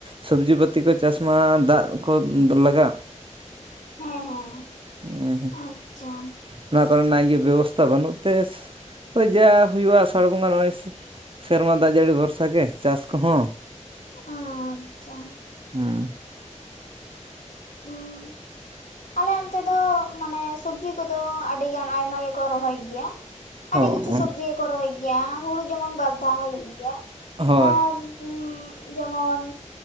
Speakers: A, on the right; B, on the left.
A: ᱥᱚᱵᱽᱡᱤ ᱯᱟᱹᱛᱤ ᱠᱚ ᱪᱟᱥ ᱢᱟ ᱫᱟᱜ ᱠᱚ ᱞᱟᱜᱟᱜ ᱾
B: ᱦᱮᱸ ᱦᱮᱸ
A: ᱦᱮ <unintelligible>
B: ᱟᱪᱪᱷᱟ
A: ᱚᱱᱟ ᱠᱚᱨᱮᱱᱟᱜ ᱤᱭᱟᱹ ᱵᱮᱵᱚᱥᱛᱟ ᱵᱟᱹᱱᱩᱜ ᱛᱮᱼᱼ ᱳᱭ ᱡᱟ ᱦᱩᱭᱩᱜᱼᱟ ᱟᱥᱟᱲ ᱵᱚᱸᱜᱟ ᱱᱚᱜᱼᱚᱭ ᱥᱮᱨᱢᱟ ᱫᱟᱜ ᱡᱟᱹᱲᱤ ᱵᱷᱚᱨᱥᱟ ᱜᱮ ᱪᱟᱥ ᱠᱚᱦᱚᱸ ᱾
B: ᱟᱻ ᱟᱪᱪᱷᱟ
A: ᱦᱩᱸ
B: ᱦᱩᱸ ᱟᱞᱮ ᱚᱱᱛᱮ ᱫᱚ ᱢᱟᱱᱮ ᱥᱚᱵᱽᱡᱤ ᱠᱚᱫᱚ ᱟᱹᱰᱤ ᱜᱟᱱ ᱟᱭᱢᱟ ᱜᱮᱠᱚ ᱨᱚᱦᱚᱭ ᱜᱮᱭᱟ ᱾ ᱟᱹᱰᱤ
A: ᱦᱚᱸ
B: ᱠᱤᱪᱷᱩ ᱥᱚᱵᱡᱤ ᱜᱮ ᱠᱚ ᱨᱚᱦᱚᱭ ᱜᱮᱭᱟ ᱦᱩᱲᱩ ᱡᱮᱢᱚᱱ ᱵᱟᱨ ᱫᱷᱟᱣ ᱦᱩᱭᱩᱜ ᱜᱮᱭᱟ
A: ᱦᱳᱭ
B: ᱟᱨ? ᱦᱮ ᱡᱮᱢᱚᱱ